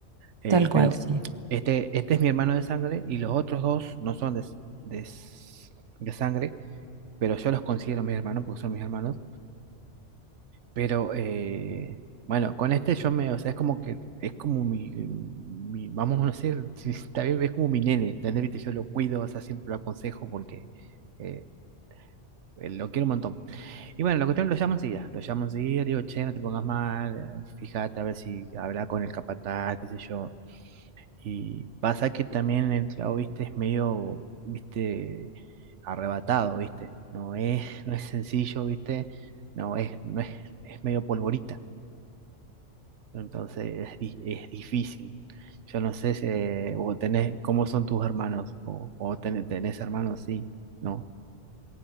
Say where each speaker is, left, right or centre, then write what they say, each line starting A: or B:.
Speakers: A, on the right (about 75°); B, on the right (about 45°).
A: Eh,
B: Tal cual,
A: pero
B: sí.
A: este, este es mi hermano de sangre y los otros dos no son de, s- de s- de sangre, pero yo los considero mis hermanos porque son mis hermanos. Pero eh, bueno, con este yo me, o sea, es como que es como mi, mi- vamos a decir, <laughs> si está bien, es como mi nene, ¿entendés? Viste, yo lo cuido, o sea, siempre lo aconsejo porque eh, eh, lo quiero un montón. Y bueno, la cuestión lo llamo enseguida, lo llamo enseguida, le digo, che, no te pongas mal, eh, fíjate a ver si habla con el capataz, qué sé yo. Y pasa que también el clavo, viste, es medio, viste, arrebatado, viste, no es, <laughs> no es sencillo, viste, no es, no es, es medio polvorita. Entonces es, di- es difícil. Yo no sé si, eh, o tenés, cómo son tus hermanos, o, o ten- tenés hermanos, sí, ¿no?